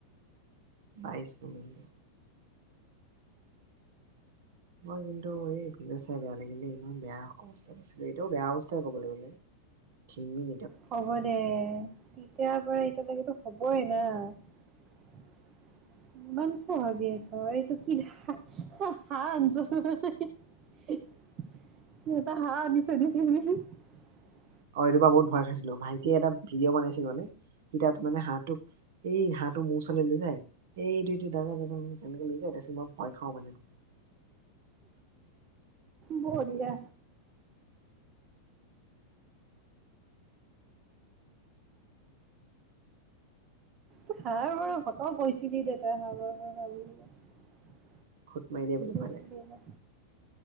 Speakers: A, on the right; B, on the right.
A: বাইশ নৱেম্বৰ। মই কিন্তু এই ভিডিঅ' চাই বেয়া লাগিলে, ইমান বেয়া অৱস্থাত আছিলে। এতিয়াও বেয়া অৱস্থাই কবলৈ গ'লে। ক্ষীণ-মীন
B: হ'ব দে। তেতিয়াৰ পৰা এতিয়ালৈকেতো হ'বই না! ইমান কিয় ভাবি আছ? এইটো কি হাঁহ আনিছোন, এটা হাঁহ আনি থৈ দিছি।
A: এইবাৰ বহুত ভয় খাইছিলো, ভাইটিয়ে এটা ভিডিঅ' বনাইছিল মানে। সি তাত মানে হাঁহটোক, এই হাঁহটো মোৰ ওচৰলৈ লৈ যায়। এই <unintelligible> তেনেকে লৈ যায় তাৰপিছত মই ভয় খাও মানে।
B: বঢ়িয়া ত হাঁহবাৰ ঘটক কৈছিলি, <unintelligible>
A: খুঁত মাৰি দিয়ে বুলি
B: কৈছিলি
A: ভয় লাগে।
B: এবাৰ।